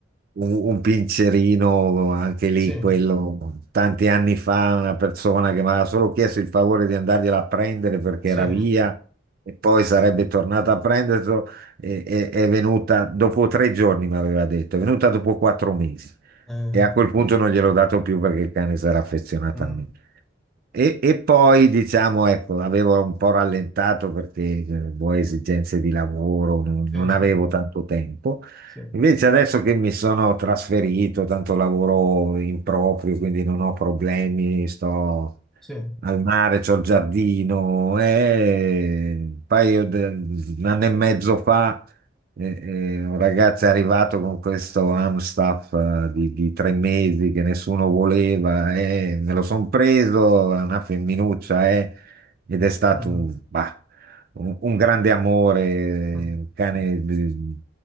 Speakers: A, on the right (about 50°); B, in the centre.
A: un- un pincerino, anche lì
B: sì,
A: quello, tanti anni fa una persona che mi aveva solo chiesto il favore di andargliela a prendere perché
B: sì,
A: era via e poi sarebbe tornata a prenderlo, e- e- è venuta dopo tre giorni, mi aveva detto, è venuta dopo quattro mesi.
B: eh,
A: E a quel punto non gliel'ho dato più perché il cane si era affezionato
B: mm,
A: a me. E, e poi, diciamo, ecco, avevo un po' rallentato perché eh, boh, esigenze di lavoro, non,
B: sì,
A: non
B: sì,
A: avevo tanto tempo.
B: sì,
A: Invece adesso che mi sono trasferito, tanto lavoro in proprio, quindi non ho problemi, sto
B: sì,
A: al mare, c'ho il giardino, e un paio di un anno e mezzo fa eh, eh, un ragazzo è arrivato con questo Amstaff eh, di, di tre mesi che nessuno voleva, eh, me lo son preso, è una femminuccia, eh, ed è stato
B: mm,
A: un, bah, un- un grande amore,
B: mm,
A: un cane di-